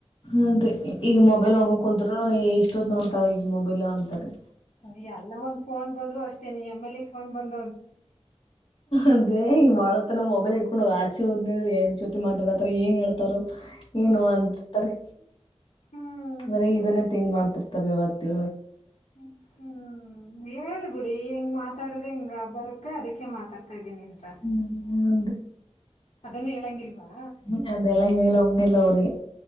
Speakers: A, on the left; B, on the left.
A: ಅದೆ ಈಗ ಮೊಬೈಲ್ ನೋಡ್ಕೊಂಡ ಕುತ್ರರು ಎಷ್ಟೊತ್ ನೋಡ್ತಾಳೆ ಈಗ ಮೊಬೈಲ್ ಅಂತಾರೆ
B: ಅರಿ ಎಲ್ಲ ಒಂದ್ ಫೋನ್ ಬಂದ್ರು ಅಷ್ಟೇನೆ ಎಮ್ಮೇಲಿಗ್ ಫೋನ್ ಬಂದ
A: ಅದೇ ಈ ಮಾಡಾಳ ಮತ್ತ ನ್ ಮೊಬೈಲ್ ಇಟ್ಕೊಂಡು ಆಚ ಹೋದನ್ರ ಜೊತೆ ಮಾತಾಡತಾರ ಏನ್ ಹೇಳ್ತಾರೆ
B: ಹ್ಮ್
A: ಏನು ಅಂತತಾರೆ
B: ಹ್ಮ್
A: ಬರೀ ಇದನ್ನೇ ತಿಂಗ್ ಮಾಡ್ತ ಇ ತರ ಇವತ್ತು
B: ಹ್ಮ ಹ್ಮ್ ಹೇಳ್ಬಿಡಿ ಹೆಂಗ್ ಮಾತಾಡಿದ್ರೆ ಹಿಂಗ ಬರುತ್ತೆ ಅದಕ್ಕೆ ಮಾತಾಡ್ತ ನಿ ಅಂತ
A: ಹ್ಮ್,
B: ಅದನ್ನು ಹೇಳಂಗಿಲ್ವಾ
A: ್ಮ ಅದೆಲ್ಲಾ ಹೇಳಂಗಿಲ್ಲ ಅವ್ರಿಗೆ